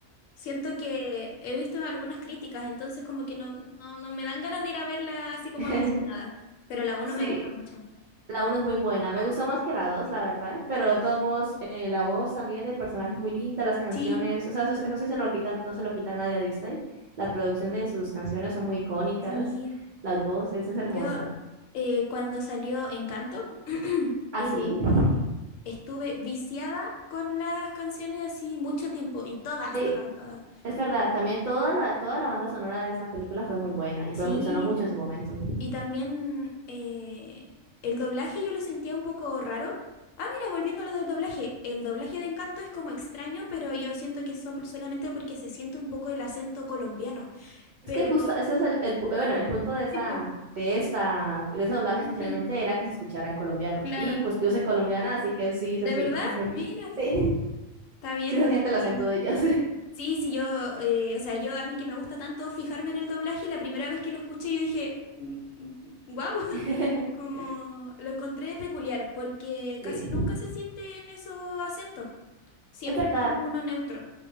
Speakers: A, on the left; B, on the right.
A: Siento que he visto algunas críticas, entonces como que no, no, no me dan ganas de ir a verla así como
B: <laughs>
A: emocionada, pero la uno
B: Sí,
A: me gusta mucho.
B: la uno es muy buena. Me gustó más que la 2 la verdad. Pero de todos modos, eh, la voz también del personaje es muy linda, las canciones.
A: Sí,
B: O sea, eso, eso sí se lo quitan, no se lo quita nadie a Disney. La producción de sus canciones son muy icónicas.
A: sí.
B: Las voces, es hermosa.
A: Yo eh, cuando salió Encanto, <clears throat>
B: Así.
A: eh,
B: <laughs>
A: estuve viciada con las canciones así mucho tiempo y todas,
B: Ey,
A: todas, todas.
B: es verdad, también toda la, toda la banda sonora de esa película fue muy buena y,
A: Sí.
B: fue, muy- sonó mucho en su momento.
A: Y también eh, el doblaje yo lo sentía un poco raro. Ah, mira, volviendo a lo del doblaje. El doblaje de Encanto es como extraño, pero yo siento que son solamente porque se siente un poco el acento colombiano.
B: Es
A: Pero,
B: que justo, ese es el, el pu- bueno, el punto de esa,
A: tipo,
B: de esta, de ese doblaje
A: <clears throat>
B: especialmente era que se escucharan colombianos.
A: claro.
B: Y pues yo soy colombiana, así que sí
A: ¿De
B: se, sie-
A: verdad?
B: sí se siente,
A: Mira,
B: sí, <laughs>
A: está bien.
B: sí se siente
A: Sí,
B: el acento de ellos.
A: sí, sí, yo, eh, o sea, yo a mí que me gusta tanto fijarme en el doblaje, la primera vez que lo escuché yo dije, wow, <laughs>
B: <laughs>
A: como lo encontré peculiar, porque
B: Sí,
A: casi nunca se sienten esos acentos. Siempre
B: es verdad.
A: es como uno neutro.